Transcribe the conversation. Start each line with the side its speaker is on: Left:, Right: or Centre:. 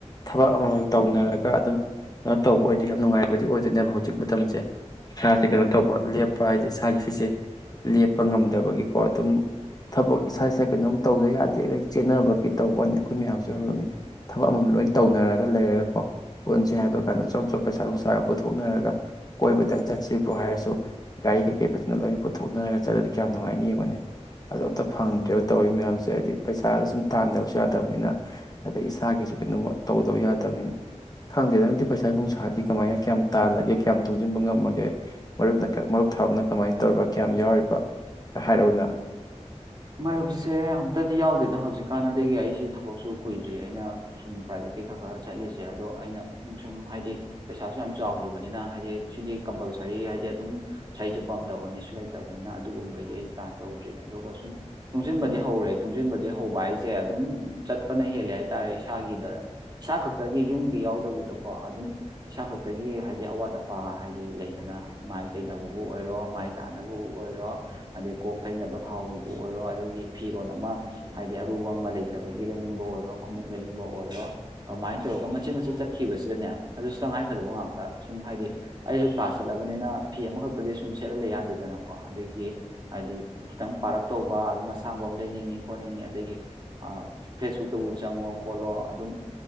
Left: ꯊꯕꯛ ꯑꯃꯃꯝ ꯇꯧꯅꯔꯒ ꯑꯗꯨꯝ ꯀꯩꯅꯣ ꯇꯧꯕ ꯑꯣꯏꯔꯗꯤ ꯌꯥꯝ ꯅꯨꯡꯉꯥꯏꯕꯗꯤ ꯑꯣꯏꯗꯣꯏꯅꯦꯕ ꯍꯧꯖꯤꯛ ꯃꯇꯝꯁꯦ ꯆꯁꯤ
Right: ꯎꯝ
Left: ꯀꯦꯞ ꯍꯥꯏꯗꯤ ꯏꯁꯥꯒꯤ ꯁꯤꯁꯦ ꯂꯦꯞꯄ ꯉꯝꯗꯕꯒꯤꯀꯣ ꯑꯗꯨꯝ ꯊꯕꯛ ꯏꯁꯥ ꯏꯁꯥ ꯀꯩꯅꯣꯝ ꯇꯧꯗ ꯌꯥꯗꯦ ꯑꯗꯩ ꯆꯦꯟꯅꯕꯒꯤ ꯇꯧꯕꯅꯤ ꯑꯩꯈꯣꯏ ꯃꯌꯥꯝꯁꯨ ꯑꯣꯏꯔꯝꯂꯅꯤ ꯊꯕꯛ ꯑꯃꯃꯝ ꯂꯣꯏ ꯇꯧꯅꯔꯒ ꯂꯩꯔꯒꯀꯣ ꯄꯨꯟꯁꯤꯦ ꯍꯥꯏꯕ ꯀꯥꯟꯗ ꯑꯣꯞ ꯑꯆꯣꯄ ꯄꯩꯁꯥ ꯅꯨꯡꯁꯥꯒ ꯄꯨꯊꯣꯛꯅꯔꯒ ꯀꯣꯏꯕꯗꯪ ꯆꯠꯁꯤꯕꯨ ꯍꯥꯏꯔꯁꯨ ꯒꯥꯔꯤ ꯀꯩꯀꯩ ꯐꯖꯅ ꯂꯣꯏꯅ ꯄꯨꯊꯣꯛꯅꯔꯒ ꯆꯠꯂꯗꯤ ꯀꯌꯥꯝ ꯅꯨꯡꯉꯥꯏꯅꯤ ꯌꯦꯡꯉꯣꯅꯦ ꯑꯗꯣ ꯑꯝꯇ ꯐꯪꯗ꯭ꯔꯦꯔꯤꯕ ꯇꯧꯔꯤ ꯃꯌꯥꯝꯁꯦ ꯍꯥꯏꯗꯤ ꯄꯩꯁꯥꯗ ꯁꯨꯝ ꯇꯥꯟꯗꯕꯁꯨ ꯌꯥꯗꯕꯅꯤꯅ ꯑꯗꯩ ꯏꯁꯥꯒꯤꯁꯨ ꯀꯩꯅꯣꯃ ꯇꯧꯗꯕ ꯌꯥꯗꯕꯅꯤꯅ ꯈꯪꯗꯦꯗ ꯍꯪꯗꯤ ꯄꯩꯁꯥ ꯅꯨꯡꯁꯥꯗꯤ ꯀꯃꯥꯏꯅ ꯀꯌꯥꯝ ꯇꯥꯜꯂꯒꯦ ꯀꯌꯥꯝ ꯇꯨꯡꯁꯤꯟꯕ ꯉꯝꯃꯒꯦ ꯃꯔꯨꯞꯅ ꯃꯔꯨꯞ ꯊꯔꯞꯅ ꯀꯃꯥꯏꯅ ꯇꯧꯔꯤꯕ ꯀꯌꯥꯝ ꯌꯥꯎꯔꯤꯕ ꯍꯥꯏꯔꯛꯑꯣꯅ
Right: ꯃꯔꯌꯨꯞꯁꯦ ꯑꯝꯇꯗꯤ ꯌꯥꯎꯗꯦꯗ ꯍꯧꯖꯤꯛꯀꯥꯟꯅꯗꯒꯤ ꯑꯩꯁꯤ ꯊꯕꯛꯁꯨ ꯀꯨꯏꯗ꯭ꯔꯤ ꯑꯩꯅ ꯁꯨꯝ ꯄ꯭ꯔꯥꯏꯚꯦꯠꯀꯤ ꯈꯔ ꯈꯔ ꯆꯠꯂꯤꯁꯦ ꯑꯗꯣ ꯑꯩꯅ ꯁꯨꯝ ꯍꯥꯏꯗꯤ ꯄꯩꯁꯥꯁꯨ ꯌꯥꯝ ꯆꯥꯎꯗ꯭ꯔꯤꯕꯅꯤꯅ ꯍꯥꯏꯗꯤ ꯁꯤꯗꯤ ꯀꯝꯄꯜꯁꯔꯤ ꯍꯥꯏꯗꯤ ꯑꯗꯨꯝ ꯏꯁꯩ ꯁꯨꯞꯄ ꯑꯃ ꯇꯧꯔꯅꯤꯁꯨ ꯂꯩꯇꯕꯅꯤꯅ ꯑꯗꯨꯒꯨꯝꯕꯩꯗꯤ ꯑꯩ ꯄ꯭ꯂꯥꯟ ꯇꯧꯗ꯭ꯔꯤ ꯑꯗꯨꯒ ꯁꯨꯝ ꯇꯨꯡꯁꯤꯟꯕꯗꯤ ꯍꯧꯔꯦ ꯇꯨꯡꯁꯤꯟꯕꯗꯤ ꯍꯧꯕ ꯍꯥꯏꯁꯦ ꯑꯗꯨꯝ ꯆꯠꯄꯅ ꯍꯦꯜꯂꯦ ꯍꯥꯏꯇꯥꯔꯦ ꯏꯁꯥꯒꯤꯗ ꯏꯁꯥ ꯈꯛꯇꯒꯤ ꯌꯨꯝꯒꯤ ꯌꯥꯎꯗꯕꯤꯗꯀꯣ ꯑꯗꯨꯝ ꯏꯁꯥ ꯈꯛꯇꯒꯤ ꯍꯥꯏꯕꯗꯤ ꯑꯋꯥꯠ ꯑꯄꯥ ꯍꯥꯏꯗꯤ ꯂꯩꯗꯅ ꯃꯥꯏ ꯇꯩꯅꯕꯕꯨ ꯑꯣꯏꯔꯣ ꯃꯥꯏ ꯇꯥꯅꯕꯕꯨ ꯑꯣꯏꯔꯣ ꯑꯗꯩ ꯀꯣꯛ ꯇꯩꯅꯕ ꯊꯥꯎ ꯕꯨ ꯑꯣꯏꯔꯣ ꯑꯗꯒꯤ ꯐꯤꯔꯣꯜ ꯑꯃ ꯍꯥꯏꯗꯤ ꯑꯔꯨꯕ ꯑꯃ ꯂꯩꯇꯕꯒꯤ ꯂꯩꯅꯤꯡꯕ ꯑꯣꯏꯔꯣ ꯈꯣꯡꯎꯞ ꯂꯩꯅꯤꯡꯕ ꯑꯣꯏꯔꯣ ꯑꯗꯨꯃꯥꯏꯅ ꯇꯧꯔꯒ ꯃꯆꯦꯠ ꯃꯆꯦꯠ ꯆꯠꯈꯤꯕꯁꯤꯗꯅꯦ ꯑꯗꯨꯁꯨ ꯇꯉꯥꯏꯐꯗꯕ ꯉꯥꯛꯇ ꯁꯨꯝ ꯍꯥꯏꯗꯤ ꯑꯩꯁꯨ ꯀ꯭ꯂꯥꯁ ꯆꯠꯂꯕꯅꯤꯅ ꯐꯤ ꯑꯃꯈꯛꯇꯗꯤ ꯁꯨꯝ ꯁꯦꯠꯍꯜꯂ ꯌꯥꯗꯦꯗꯅꯀꯣ ꯑꯗꯒꯤ ꯍꯥꯏꯗꯤ ꯈꯤꯇꯪ ꯄꯥꯔꯛ ꯇꯧꯕ ꯑꯗꯨꯝ ꯑꯁꯥꯡꯕ ꯑꯃ ꯂꯩꯅꯤꯡꯉꯤ ꯈꯣꯠꯅꯤꯡꯉꯤ ꯑꯗꯒꯤ ꯐꯦꯁꯕꯨꯛꯇꯕꯨ ꯆꯪꯉꯣ ꯈꯣꯠꯂꯣ ꯑꯗꯨꯝ